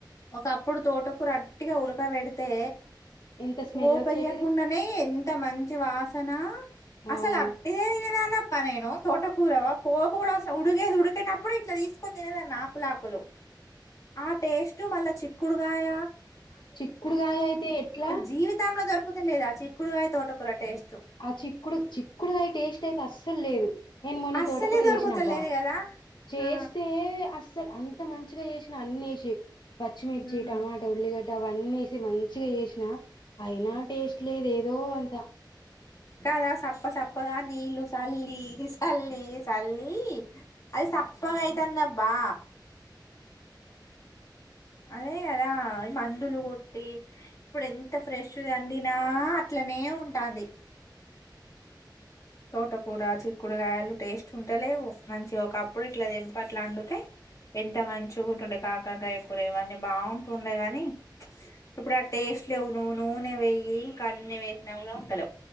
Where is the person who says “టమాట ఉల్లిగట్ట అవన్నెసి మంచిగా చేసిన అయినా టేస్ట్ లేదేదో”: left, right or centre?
Left